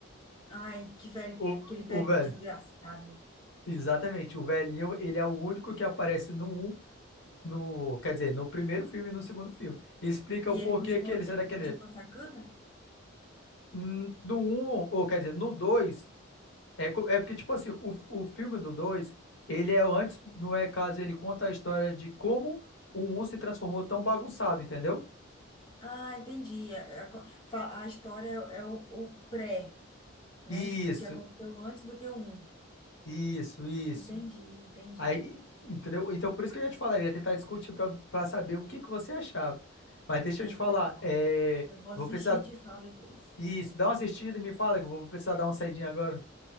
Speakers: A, on the left; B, on the left.
A: Ai, que velho,
B: O,
A: aquele velho
B: o velho.
A: desgraçado.
B: Exatamente. O velhinho, ele é o único que aparece no um, no, quer dizer, no primeiro filme e no segundo filme. Explica
A: E
B: o porquê
A: ele continuou,
B: que ele
A: ele
B: é daquele
A: continuou
B: jeito.
A: sacana?
B: Hum, No 1, ou quer dizer, no 2 é, co- é porque, tipo assim, o, o filme do 2 ele é antes, não é caso, ele conta a história de como o um se transformou tão bagunçado, entendeu?
A: Ah, entendi. A, a co- fa- a história é é o, o pré, né?
B: Isso,
A: Tipo, o que aconteceu antes do que o um.
B: isso, isso.
A: Entendi, entendi.
B: Aí, entendeu? Então, por isso que eu ia te falar, eu ia tentar discutir pra, pra saber o que que você achava. Mas deixa
A: É,
B: eu te
A: não
B: falar,
A: tem como.
B: é,
A: Eu
B: eu
A: vou assistir
B: vou precisar,
A: e te falo depois.
B: isso, dá uma assistida e me fala que eu vou precisar dar uma saidinha agora,